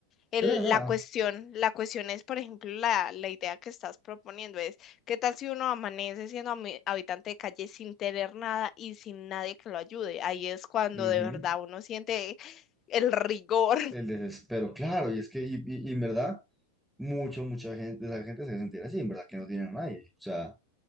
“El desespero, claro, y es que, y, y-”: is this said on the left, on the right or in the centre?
Centre